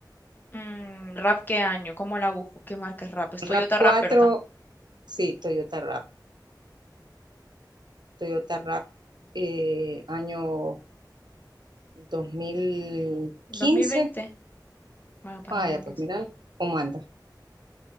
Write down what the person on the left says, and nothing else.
Mm, ¿Rap qué año? ¿Cómo la busco? ¿Qué marca es Rap? Es
Toyota
Rap, ¿verdad?
¿dos mil veinte. Bueno, para
2015.